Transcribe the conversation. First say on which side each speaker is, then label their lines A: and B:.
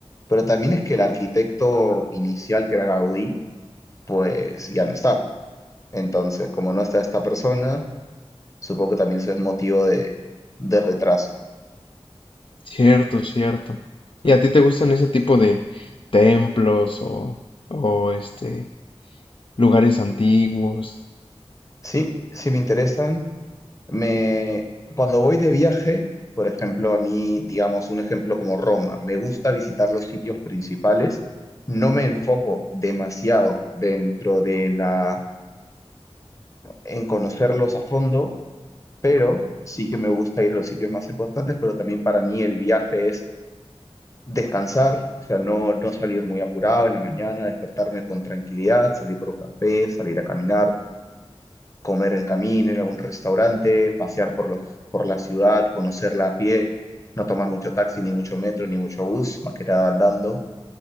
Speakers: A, on the left (about 30°); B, on the left (about 55°).
A: Pero también es que el arquitecto inicial, que era Gaudí, pues ya no está. Entonces, como no está esta persona, Supongo que también eso es motivo de, de retraso.
B: Cierto, cierto. ¿Y a ti te gustan ese tipo de templos o, o este, lugares antiguos?
A: Sí, sí me interesan. Me, cuando voy de viaje, por ejemplo, a mí, digamos, un ejemplo como Roma, me gusta visitar los sitios principales. No me enfoco demasiado dentro de la, en conocerlos a fondo, pero sí que me gusta ir a los sitios más importantes, pero también para mí el viaje es descansar, o sea, no, no salir muy apurado en la mañana, despertarme con tranquilidad, salir por un café, salir a caminar, comer el camino, ir a algún restaurante, pasear por los, por la ciudad, conocerla a pie, no tomar mucho taxi, ni mucho metro, ni mucho bus, más que nada andando.